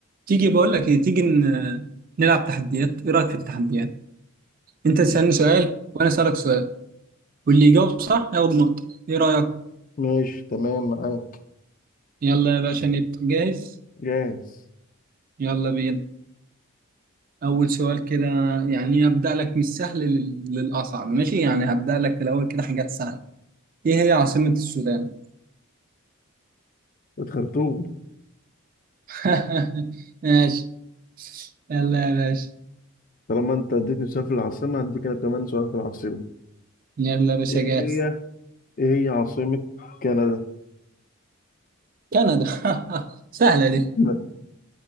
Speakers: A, on the right; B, on the left.
A: تيجي بقول لك ايه تيجي ن- نلعب تحديات ايه رايك في التحديات انت تسالني سؤال
B: مم.
A: وانا اسالك سؤال واللي يجاوب صح ياخد نقطه ايه رايك
B: ماشي تمام معاك
A: يلا يا باشا نبدا جاهز
B: جاهز
A: يلا بينا اول سؤال كده يعني هبدا لك من السهل لل- للاصعب ماشي يعني هبدا لك في الاول كده حاجات سهله ايه هي عاصمه السودان
B: الخرطوم
A: <laughs> ماشي يلا يا باشا
B: طالما انت اديتني سؤال في العاصمة هديك انا كمان سؤال في العاصمة
A: يلا يا باشا
B: ايه هي
A: جاهز
B: ايه هي عاصمة كندا
A: كندا <laughs> سهله دي
B: <laughs> لا